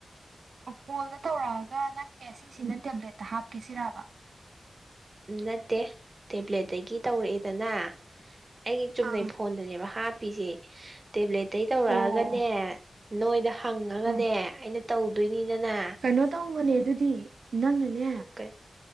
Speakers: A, on the right; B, on the right.
A: ꯑꯣ ꯀꯣꯜꯗ ꯇꯧꯔꯛꯑꯒ ꯅꯪꯒꯤ ꯑꯁꯤꯁꯤꯅ ꯇꯦꯕ꯭ꯂꯦꯠꯇ ꯍꯥꯞꯀꯦꯁꯤꯔꯔꯕ
B: ꯎꯝ ꯅꯠꯇꯦ ꯇꯦꯕ꯭ꯂꯦꯠꯇꯒꯤ ꯇꯧꯔꯛꯑꯦꯗꯅ ꯑꯩꯒꯤ ꯆꯨꯝꯅꯩ
A: ꯑꯥ
B: ꯐꯣꯟꯗꯅꯦꯕ ꯍꯥꯞꯄꯤꯁꯦ ꯇꯦꯕ꯭ꯂꯦꯠꯇꯩ ꯇꯧꯔꯛꯑꯒꯅꯦ
A: ꯑꯣ ꯑꯣ
B: ꯅꯣꯏꯗ ꯍꯪꯉꯒꯅꯦ
A: ꯎꯝ
B: ꯑꯩꯅ ꯇꯧꯗꯣꯏꯅꯤꯅꯅꯦ
A: ꯀꯩꯅꯣ ꯇꯧꯕꯅꯦ ꯑꯗꯨꯗꯤ ꯅꯪꯅꯅꯦ
B: ꯑꯣꯀꯦ